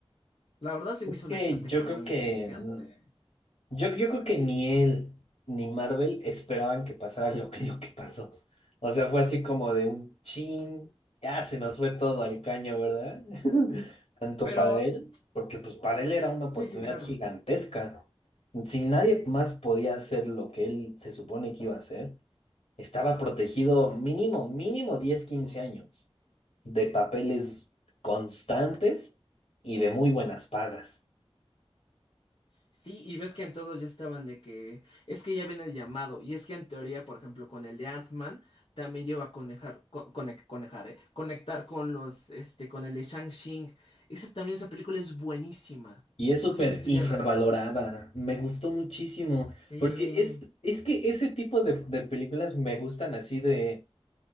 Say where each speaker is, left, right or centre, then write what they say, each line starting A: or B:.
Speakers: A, on the left (about 60°); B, on the left (about 75°).
A: La verdad se me hizo
B: Que
A: una estrategia
B: yo creo
A: muy
B: que
A: inteligente,
B: mm, Yo, yo creo que ni él ni Marvel esperaban que pasara <laughs> lo que, lo que pasó. O sea, fue así como de un chin, ya se nos fue todo al caño, ¿verdad? <laughs> Tanto
A: pero...
B: para él, porque pues para él era una oportunidad
A: Sí, sí, claro.
B: gigantesca. Si nadie más podía hacer lo que él se supone que iba a hacer, estaba protegido mínimo, mínimo 10 15 años de papeles constantes y de muy buenas pagas.
A: Sí, y ves que en todos ya estaban de que es que ya viene el llamado, y es que en teoría, por ejemplo, con el de Ant-Man también lleva a conejar, co- cone- conejar, eh, conectar con los, este, con el de Shang-Chi. Esa también, esa película es buenísima.
B: Y es súper
A: No sé si tú
B: infravalorada.
A: ya la viste.
B: Me gustó muchísimo.
A: Sí,
B: Porque es, es que ese tipo de, de películas me gustan así de